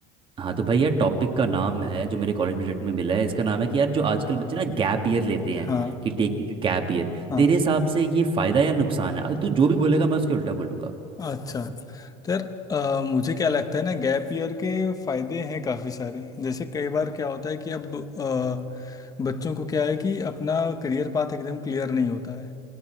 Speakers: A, on the right (about 30°); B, on the left (about 20°).
A: हाँ तो भाई यार टॉपिक का नाम है जो मेरे कॉलेज प्रोजेक्ट में मिला है इसका नाम है कि यार जो आजकल बच्चे ना गैप ईयर लेते हैं
B: हाँ
A: कि टेकिंग गैप ईयर
B: हाँ
A: तेरे हिसाब से ये फ़ायदा या नुकसान है तू जो भी बोलेगा मैं उसके उल्टा बोलूंगा
B: अच्छा तो यार अ, मुझे क्या लगता है ना गैप ईयर के फायदे हैं काफ़ी सारे जैसे कई बार क्या होता है कि अब अ, बच्चों को क्या है कि अपना करियर पाथ एकदम क्लियर नहीं होता है